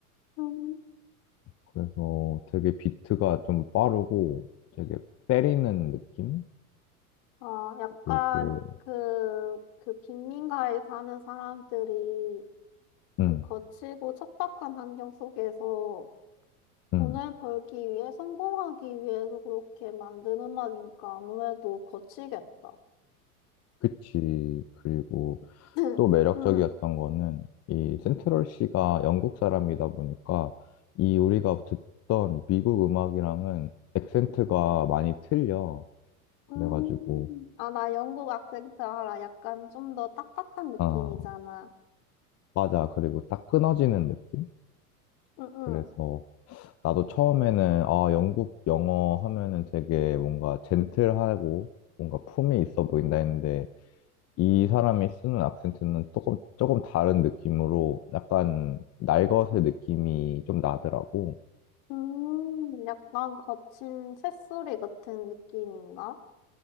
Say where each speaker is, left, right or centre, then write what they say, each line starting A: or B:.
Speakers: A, on the left; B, on the left.
A: 음.
B: 그래서 되게 비트가 좀 빠르고 되게 때리는 느낌?
A: 어, 약간
B: 그리고
A: 그, 그 빈민가에 사는 사람들이
B: 음,
A: 그 거칠고 척박한 환경 속에서
B: 음,
A: 돈을 벌기 위해 성공하기 위해서 그렇게 만든 음악이니까 아무래도 거치겠다.
B: 그치. 그리고
A: <laughs>
B: 또 매력적이었던
A: 응.
B: 거는 이 센트럴 씨가 영국 사람이다 보니까 이 우리가 듣던 미국 음악이랑은 액센트가 많이 틀려. 그래가지고,
A: 음, 아, 나 영국 악센트 알아. 약간 좀 더 딱딱한 느낌이잖아.
B: 아, 맞아. 그리고 딱 끊어지는 느낌?
A: 응, 응.
B: 그래서 나도 처음에는, 아, 영국 영어 하면은 되게 뭔가 젠틀하고 뭔가 품이 있어 보인다 했는데, 이 사람이 쓰는 악센트는 조금, 조금 다른 느낌으로 약간 날것의 느낌이 좀 나더라고.
A: 음, 약간 거친 새소리 같은 느낌인가?